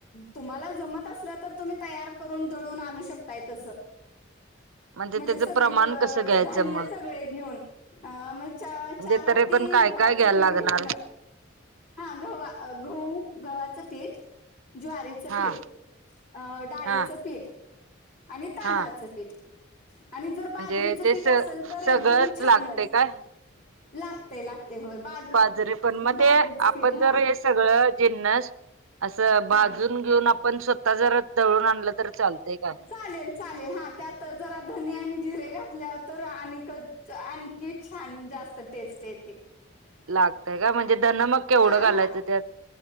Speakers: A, on the left; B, on the right.
A: तुम्हाला जमत असलं तर तुम्ही तयार करून दळून आणू शकताय तसं.
B: <inaudible> <unintelligible>
A: म्हणजे
B: त्याचं
A: सगळी
B: प्रमाण
A: प
B: कसं घ्यायचं
A: धान्य
B: मग
A: सगळे घेऊन. अ मग च
B: म्हणजे
A: चार
B: तरी
A: वाटी
B: पण काय
A: गव्हाचं
B: काय घ्यायला
A: पीठ
B: लागणार
A: घेतलं. हा गव्हा गहू गव्हाचं पीठ ज्वारीचं
B: हा
A: पीठ. अं डाळीचं
B: हा
A: पीठ आणि तांदळाचं
B: हा
A: पीठ. आणि जर बाजरीचं
B: म्हणजे ते
A: पीठ
B: स
A: असेल तर एकदम
B: सगळंच
A: छानच.
B: लागते काय
A: लागते लागते होय. बाज
B: बाजरी पण मग
A: बाजरीचं
B: ते आपण
A: पीठ
B: जर
A: हा
B: हे सगळं जिन्नस असं भाजून
A: हा
B: घेऊन आपण स्वतः जर दळून आणलं तर चालतंय का?
A: चालेल चालेल हा त्यातच जरा धने आणि जिरे घातल्या तर आणि कच च आणखी छान जास्त टेस्ट येते.
B: लागतय का म्हणजे? धन मग केवढं
A: हा
B: घालायचं
A: हा
B: त्यात